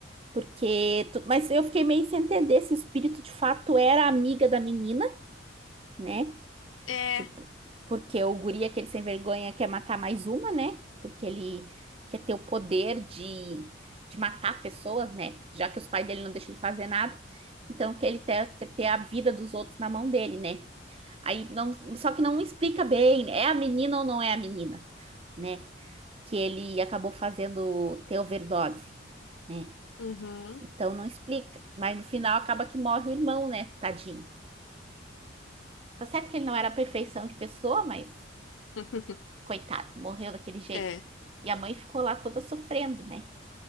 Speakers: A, on the right (about 30°); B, on the left (about 75°).
A: Porque, tu- mas eu fiquei meio sem entender se o espírito de fato era amiga da menina, né?
B: é.
A: Tipo, porque o guri, é aquele sem vergonha, quer matar mais uma, né? Porque ele quer ter o poder de, de matar pessoas, né? Já que os pais dele não deixam ele fazer nada, então que ele ter- quer ter a vida dos outros na mão dele, né? Aí não, só que não explica bem, é a menina ou não é a menina, né? Que ele acabou fazendo ter overdose, né?
B: Uhum.
A: Então não explica, mas no final acaba que morre o irmão, né? Tadinho. Tá certo que ele não era a perfeição de pessoa, mas
B: <laughs>
A: coitado, morreu daquele jeito.
B: É,
A: E a mãe ficou lá toda sofrendo, né?